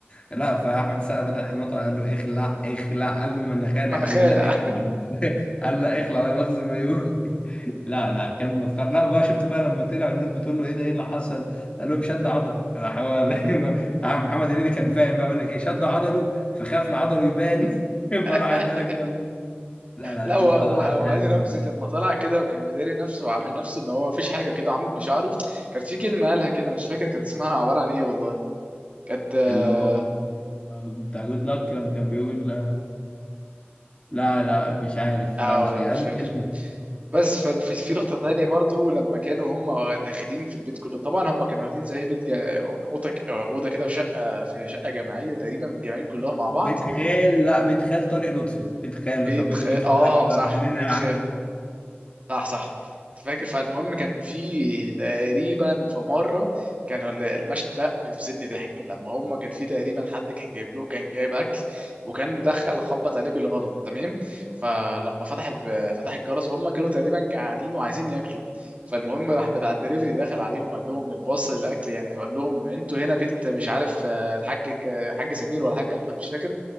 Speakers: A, on the left (about 30°); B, on the right (about 35°).
A: لا فاحمد السقا فتح المطعم قال له اخلع اخلع قال له ما انا خالق
B: <laughs> مناخيره
A: قال له لا اخلع <laughs> قال له لا اخلع انا مخزن مايوه <laughs> لا لا كان مسخره لا بقى شفت بقى لما طلع الناس بتقول له ايه ده ايه اللي حصل قال لهم شد عضل راح هو <laughs> راح محمد هنيدي كان فاهم بقى يقول لك ايه شد عضله فخاف لعضله يبان <laughs> فراح
B: <laughs>
A: اتدرج بقى لا لا
B: لا
A: لا
B: وه-
A: الصراحه
B: وه-
A: كان
B: وهاني رمزي لما طلع كده وكان مداري نفسه وعامل نفسه ان هو مفيش حاجه كده وعامل بشعره كانت في كلمه قالها كده مش فاكر كانت اسمها عباره عن ايه والله كانت اه
A: اللي هو بتاع جود لك لما كان بيقول لا لا مش عارف
B: آه،
A: لا مش
B: لا
A: فاكر
B: مش
A: قال
B: فاكر
A: كلمة
B: بس ف- في في لقطه ثانيه برضو لما كانوا هم داخلين في البيت كله طبعا هم كانوا واخدين زي بيت جا... اوضه ك- اوضه كده في شقه في شقه جماعيه تقريبا متجمعين كلهم مع بعض
A: بيت خال لا بيت خال طارق لطفي بيت خال
B: بيت
A: كان بيقول
B: خال
A: له بيت خالك
B: اه
A: هتنزل
B: صح
A: لنا
B: بيت
A: يا
B: خال
A: عم
B: صح صح فاكر فالمهم كان في تقريبا في مره كان ال- المشهد ده بيفصلني ضحك لما هم كان في تقريبا حد كان جايب له كان جايب اكل وكان دخل خبط عليه بالغلط تمام فلما فتح ال- فتح الجرس هم كانوا تقريبا جعانين وعايزين ياكلوا فالمهم راح بتاع الدليفري دخل عليهم قال لهم الباص للاكل يعني فقال لهم انتوا هنا بيت مش عارف آه، الحاج ك- حاج سمير ولا حاج احمد مش فاكر